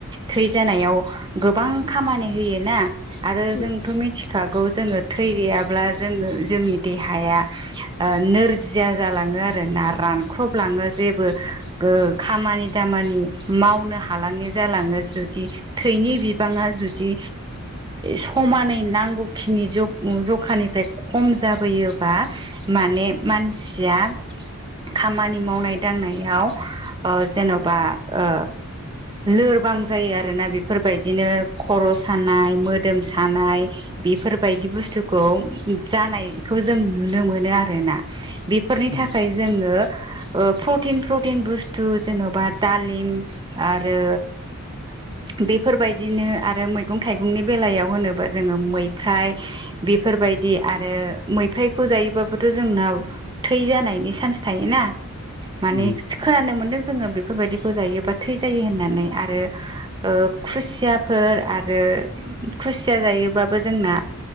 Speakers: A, on the right; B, on the left.
A: थै जानायाव गोबां गोबां खामानि होय ना आरो
B: औ
A: जोंथ' मिथिखागौ जोङो थै गैयाब्ला जोङो जोंनि देहाया नोरजिया जालाङो आरो नाराम रानख्रबलाङो जेबो खामानि दामानि मावनो हालाङि जालाङो जुदि थैनि बिबाङा जुदि समानै नांगौखिनि जुग जखानिफ्राय खम जाबोयोबा माने मानसिया खामानि मावनाय दांनायाव जेन'बा ओ लोरबां जायो आरोना बेफोरबायदिनो खर' सानाय मोदोम सानाय बेफोरबायदि बुस्थुखौ जानायखौ जों नुनो मोनो आरोना बेफोरनि
B: उम
A: थाखाय जोङो ओ प्रटिन प्रटिन बुस्थु जेन'बा दालिम आरो बेफोरबायदिनो आरो मैगं थाइगंनि बेलायाव होनोबा जोङो मैफ्राय बेफोरबायदि आरो मैफ्रायखौ जायोबाबोथ' जोंनाव थै जानायनि सान्स थायो ना माने
B: उम
A: खोनानो मोनदों जोङो बेब फोरबायदिखौ जायो बा थैजायो होननानै आरो ओ खुसियाफोर आरो खुसिया जायोबाबबो जोंना